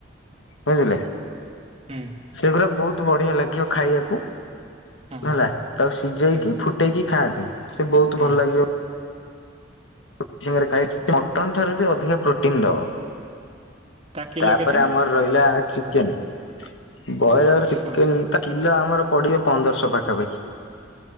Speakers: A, on the left (about 75°); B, on the right (about 30°).
A: ବୁଝିଲେ
B: ହୁଁ
A: ସେଗୁଡା ବହୁତୁ ବଢିଆ ଲାଗିବ ଖାଇବାକୁ।
B: ହୁଁ
A: ହେଲା ତାକୁ ସିଝେଇକି
B: ହୁଁ
A: ଫୁଟେଇକି ଖାଆନ୍ତି ସେ ବହୁତୁ
B: ହୁଁ
A: ଭଲ ଲାଗିବ। <unintelligible> ଖାଏ ମଟନ ଠାରୁ ବି ଅଧିକ ପ୍ରୋଟିନ୍ ଦବ।
B: ତା କିଲୋ
A: ତାପରେ
B: କେତେ
A: ଆମର ରହିଲା ଚିକେନେ ବଏଲର ଚିକେନେଟା
B: ହୁଁ
A: କିଲୋ ଆମର ପଡିବ ପନ୍ଦରଶହ ପାଖାପାଖି